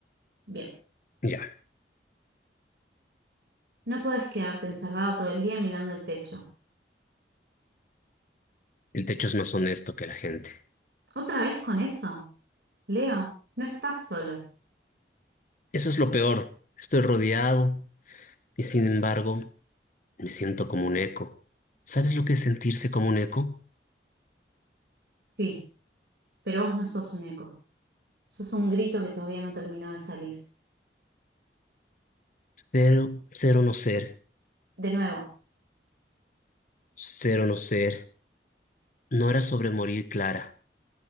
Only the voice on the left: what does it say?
ya.
El techo es más honesto que la gente.
Eso es lo peor. Estoy rodeado y sin embargo me siento como un eco. ¿Sabes lo que es sentirse como un eco?
Ser, ser o no ser,
ser o no ser. No era sobre morir, Clara.